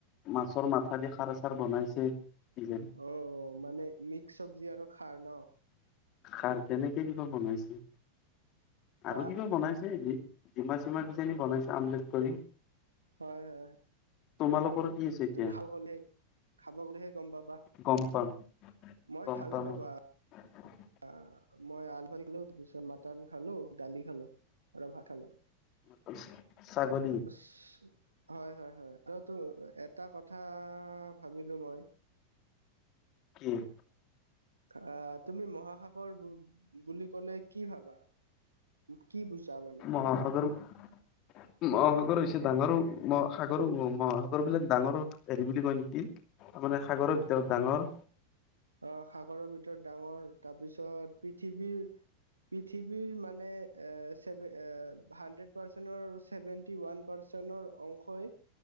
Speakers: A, on the left; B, on the right.
A: মাছৰ মাথা দি খাৰ-চাৰ বনাইছে। যে,
B: অ' অ'! মানে, মিট চব্জি আৰু খাৰ ন'?
A: খাৰ তেনেকে কিবা বনাইছে।
B: হা
A: আৰু কিবা বনাইছে এনে। দিমা-চিমা বিচাৰি বনাইছে, আমলেট কৰি।
B: হয়, হয়!
A: তোমালোকৰ
B: হয়,
A: কি
B: হয়!
A: আছে এতিয়া
B: তুমি খাবলে, খাব গ'লেহে গম পাবা?
A: গম পাম।
B: মই
A: গম
B: খালোঁ
A: পাম।
B: ৰ'বা।
A: <inaudible>
B: আঁ মই আলু <unintelligible> পিছত মাটন খালোঁ, দালি খালোঁ। আৰু ভাত খালোঁ।
A: <unintelligible> ছাগলী?
B: <unintelligible> হয়, হয়, হয়! <unintelligible> এটা কথা ভাবিলোঁ মই।
A: উম।
B: আঁ তুমি মহাসাগৰ বুলি ক'লে, কি ভাবা? কি বুজা মানে?
A: মহাসাগৰ <unintelligible> মহাসাগৰ হৈছে, ডাঙৰ মহাসাগৰ মহাসাগৰ বিলাক ডাঙৰ হেৰি বুলি কয় নেকি। তাৰ মানে সাগৰৰ ভিতৰত ডাঙৰ।
B: আহ, সাগৰৰ ভিতৰত ডাঙৰ তাৰ পিছত পৃথিৱীৰ পৃথিৱীৰ মানে ছেভে হান্দ্ৰেদ পাৰ্চেনৰ চেভেনটি ৱান পাৰ্চেনৰ অংশই